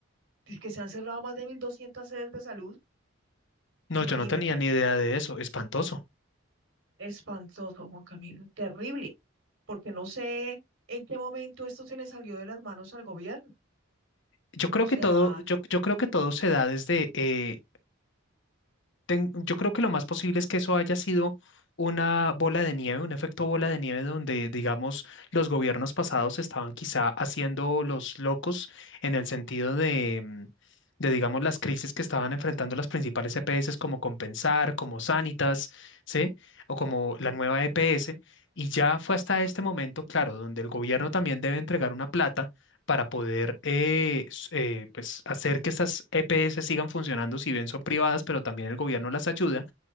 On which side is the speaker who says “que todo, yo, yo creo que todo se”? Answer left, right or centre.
Left